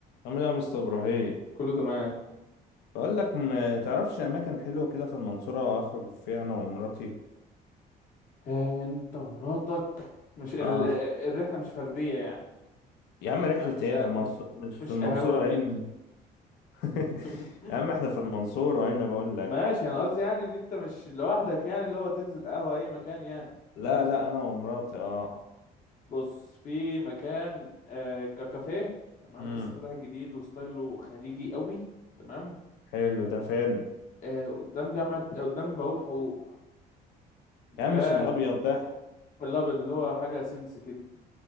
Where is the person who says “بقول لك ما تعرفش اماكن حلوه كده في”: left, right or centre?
Left